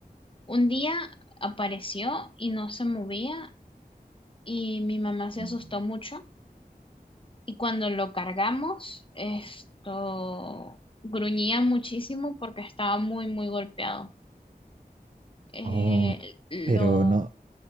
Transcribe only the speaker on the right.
Mm,
Oh,
pero no,